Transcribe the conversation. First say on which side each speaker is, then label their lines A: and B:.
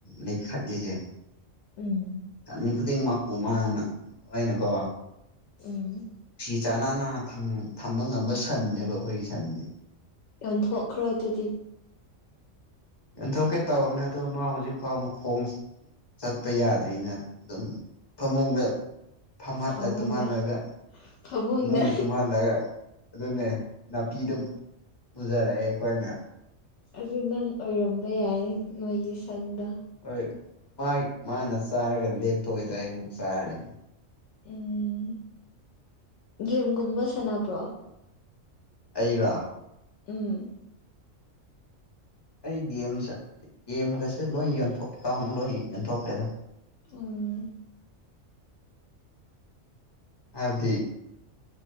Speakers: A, on the left; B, on the left.
A: ꯂꯩꯈꯠꯂꯤꯁꯦ
B: ꯎꯝ
A: ꯆꯃꯤ ꯈꯨꯗꯤꯡꯃꯛꯄꯨ ꯃꯥꯅ ꯑꯣꯏꯅꯀꯣ
B: ꯎꯝ
A: ꯏꯥ ꯅꯥꯅꯥ ꯊꯝꯕ ꯉꯝꯕ ꯁꯟꯅꯦꯕ ꯑꯩꯈꯣꯏꯒꯤ ꯁꯟꯗꯤꯦ
B: ꯌꯟꯊꯣꯛꯈ꯭ꯔꯣ ꯑꯗꯨꯗꯤ
A: ꯌꯟꯊꯣꯛꯀꯦ ꯇꯧꯕꯅꯦ ꯑꯗꯣ ꯃꯥ ꯍꯧꯖꯤꯛ ꯐꯥꯎ ꯑꯃ ꯈꯣꯡ ꯆꯠꯄ ꯌꯥꯗ꯭ꯔꯤꯅ ꯑꯗꯨꯝ ꯐꯃꯨꯡꯗ ꯐꯝꯍꯜꯂ
B: ꯐꯃꯨꯡꯗ
A: ꯇꯨꯝꯍꯜꯂꯒ
B: ꯐꯃꯨꯡꯗ
A: ꯏꯃꯨꯡ ꯇꯨꯝꯍꯜꯂꯒ ꯑꯗꯨꯅꯦ ꯅꯥꯄꯤꯗꯨꯝ ꯄꯨꯖꯔꯛꯑꯦ ꯑꯩꯈꯣꯏꯅ
B: ꯑꯗꯨ ꯅꯪ ꯑꯣꯏꯔꯝꯕ ꯌꯥꯏ ꯃꯣꯏꯒꯤ ꯁꯟꯗꯣ
A: ꯍꯣꯏ ꯃꯥ ꯃꯥꯅ ꯆꯥꯔꯒ ꯂꯦꯝꯊꯣꯛꯏꯗ ꯑꯩ ꯑꯃꯨꯛ ꯆꯥꯔꯤꯅꯤ
B: ꯎꯝ ꯒꯦꯝꯒꯨꯝꯕ ꯁꯥꯟꯅꯕ꯭ꯔꯣ
A: ꯑꯩꯔꯥ
B: ꯎꯝ
A: ꯑꯩ ꯒꯦꯝꯁꯦ ꯒꯦꯝꯒꯁꯦ ꯂꯣꯏ ꯑꯦꯀꯥꯎꯟ ꯂꯣꯏ ꯌꯣꯟꯊꯣꯛꯈ꯭ꯔꯦꯗ
B: ꯑꯣ
A: ꯑꯕꯗꯤ